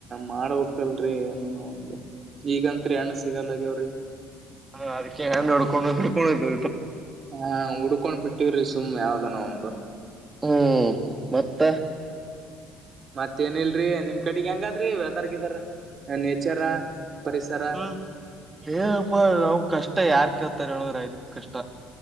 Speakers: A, on the right; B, on the right.
A: ಮಾಡ್ಬೇಕಲ್ರರಿ ಏನು ನ ಒಂದು ಈಗಂತ್ರಿ ಹಣ ಸಿಗಲ್ಲ ಹ
B: ಹಾ ಅದಕ್ಕೆ ನೋಡ್ಕೊಂಡು ಹಡ್ಕೊಂಡಿರ್
A: ಹಾ ಉಡ್ಕೊಂಡ್ ಬಿಟ್ಟಿ್ರಿ ತುಮ ಯಾವ್ದನೋ ಒಂದು
B: ಹ್ಮ್ ಮತ್ತ
A: ಮತ್ತ ಏನ ಇಲ್ರರಿ ನಿಮ್ ಕಡೆಗ್ ಹೆಂಗಾದ್ರಿ ವೆದರ್ಗ ಇದರ ನೇಚರ ಪರಿಸರ
B: ಹ್ಮ್ ಏನಪ್ಪಾ ನಾವ್ ಕಷ್ಟ ಯಾರ್ಕತ್ತ ಹತ್ತಳರ ಆಯ್ತು ಕಷ್ಟ